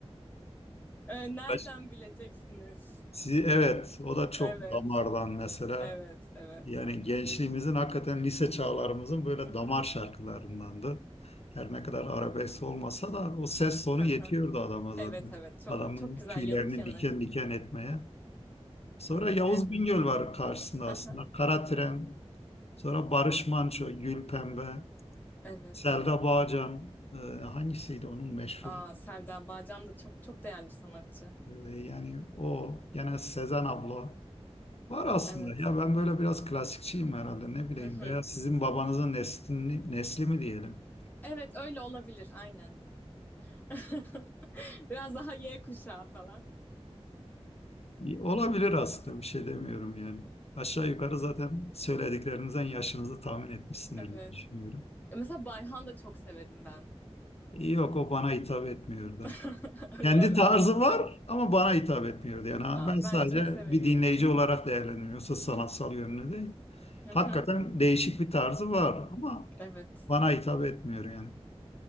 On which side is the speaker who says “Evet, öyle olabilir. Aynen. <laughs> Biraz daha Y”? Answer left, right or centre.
Left